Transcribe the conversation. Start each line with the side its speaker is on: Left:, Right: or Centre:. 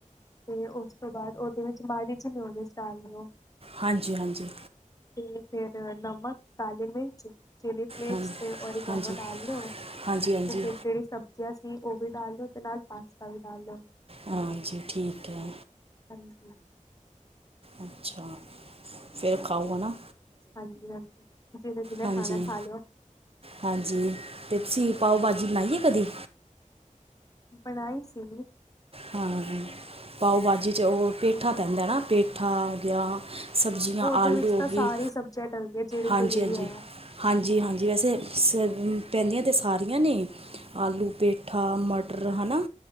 Left: ਤੇ ਔਸ ਤੋਂ ਬਾਅਦ ਉਅਦੇ ਵਿੱਚ, ਮਾੜੀ ਜੀ ਮੀਓਨਿਸ ਡਾਲ ਲਓ।
Right: ਹਾਂਜੀ-ਹਾਂਜੀ।
Left: ਤੇ ਫਿਰ ਨਮਕ, ਕਾਲੀ ਮਿਰਚ ਚਿਲੀ ਫਲੇਕਸ
Right: ਹਾਂ,
Left: ਤੇ ਓਰੀਗੈਨੋ
Right: ਹਾਂਜੀ
Left: ਡਾਲ ਲਓ,
Right: ਹਾਂਜੀ ਹਾਂਜੀ
Left: ਤੇ ਫਿਰ ਜੇਹੜੀ ਸਬ ਜਿਆਂ ਸੀ, ਔਹ ਵੀ ਡਾਲ ਲਓ ਤੇ ਨਾਲ ਪਾਸਤਾ ਵੀ ਡਾਲ ਲਓ।
Right: ਹਾਂਜੀ, ਠੀਕ ਏ।
Left: ਹਾਂਜੀ।
Right: ਅੱਛਾ, ਫਿਰ ਖਾਔ ਹਨਾ।
Left: ਹਾਂਜੀ-ਹਾਂਜੀ, ਜਿੰਨੇ-ਜਿੰਨੇ
Right: ਹਾਂਜੀ
Left: ਖਾਣਾ ਏ ਖਾ ਲਓ।
Right: ਹਾਂਜੀ, ਤੇ ਤੁਸੀਂ ਪਾਓ ਭਾਜੀ ਬਣਾਈ ਏ ਕਦੀ?
Left: ਬਣਾਈ ਸੀ।
Right: ਹਾਂ, ਪਾਓ ਭਾਜੀ ਇੱਚ ਔਹ ਪੇਠਾ ਪੈਂਦਾ ਨਾ, ਪੇਠਾ ਹੋ ਗਿਆ ਸਬਜ਼ੀਆਂ
Left: ਉਹਦੇ
Right: ਆਲੂ
Left: ਵਿੱਚ
Right: ਔ
Left: ਤਾਂ ਸਾਰੀ
Right: ਗਈ,
Left: ਸਬਜ਼ੀਆਂ ਡਲਦੀਆਂ ਜਿਹੜੀ
Right: ਹਾਂਜੀ-ਹਾਂਜੀ।
Left: ਜਿਹੜੀ ਵੀ ਹੈ
Right: ਹਾਂਜੀ-ਹਾਂਜੀ, ਵੈਸੇ ਸ ਪੈਂਦੀਆਂ ਤੇ ਸਾਰੀਆਂ ਨੇ। ਆਲੂ, ਪੇਠਾ, ਮਟਰ ਹਣਾ?